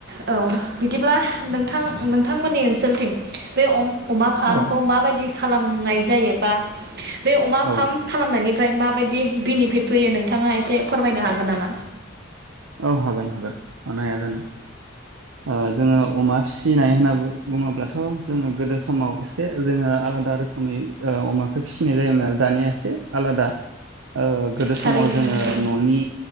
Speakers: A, on the right (about 55°); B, on the right (about 85°).
A: औ बिदिब्ला नोंथां नोंथांमोननि ओनसोलथिं बे अम। अमा फामखौ
B: औ
A: माबायदि। खालामनाय जायोबा। बे अमा
B: औ
A: फाम खालामनायनिऋ ओमफाय माबायदि बेनिफिट फैयो नोंथाङा एसे फोरमायनो हागोन नामा।
B: औ हागोन हो मानो हाया जानो ओ जोङो अमा फिसिनाय होनना बुङोब्लाथ' जोङो गोदो समाव एसे जोङो आलादा रोखोमै अमाखौ फिसिनाय जायोमोन आरो दानिया एसे आलादा। ओ गोदो
A: थारैनो
B: समाव जोङो
A: नोंथां
B: न'नि।